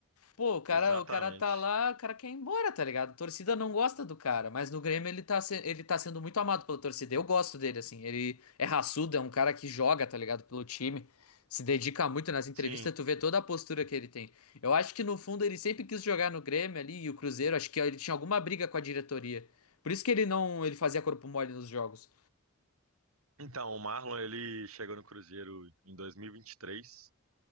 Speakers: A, on the left; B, on the right.
A: Pô, o cara,
B: exatamente.
A: o cara tá lá, o cara quer ir embora, tá ligado? A torcida não gosta do cara, mas no Grêmio ele tá, se- ele tá sendo muito amado pela torcida. Eu gosto dele, assim. Ele é raçudo, é um cara que joga, tá ligado? Pelo time, se dedica muito nas entrevistas,
B: Sim.
A: tu vê toda a postura que ele tem. Eu acho que no fundo ele sempre quis jogar no Grêmio ali e o Cruzeiro, acho que ele tinha alguma briga com a diretoria. Por isso que ele não, ele fazia corpo mole nos jogos.
B: Então, o Marlon ele chegou no Cruzeiro em 2023.